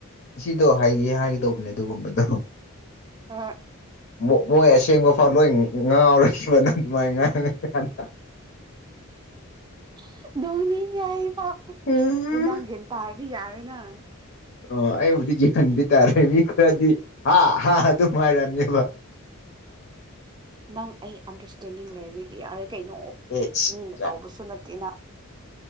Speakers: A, on the left; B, on the right.
A: ꯁꯤꯗꯣ ꯍꯩ ꯍꯥꯏꯒꯗꯧꯕꯅꯦ ꯑꯗꯨꯒꯨꯝꯕꯗꯣ
B: ꯑ
A: ꯃ ꯃꯣꯏ ꯑꯦꯁꯡ ꯐꯥꯎꯠꯂꯣꯏ ꯉꯥꯎꯔꯈꯤꯕꯅ ꯑꯗꯨꯃꯥꯏꯅ ꯉꯥꯡꯔꯉ ꯀꯥꯟꯗ
B: <unintelligible>
A: ꯎꯝ ꯑꯣ ꯑꯩꯕꯨꯗꯤ ꯌꯦꯡꯍꯟꯗꯤ ꯇꯥꯔꯦ ꯃꯤ ꯈꯔꯗꯤ ꯍꯥ ꯍꯥ ꯑꯗꯨ ꯍꯥꯏꯔꯅꯦꯕ
B: ꯅꯪ ꯑꯩ ꯑꯟꯗꯔꯁꯇꯦꯟꯗꯤꯡ ꯂꯩꯔꯤꯒ ꯌꯥꯔꯦ ꯀꯩꯅꯣ
A: ꯑꯦ
B: ꯃꯤꯅ
A: ꯁ
B: ꯇꯧꯕꯁꯨ ꯅꯠꯇꯦꯅ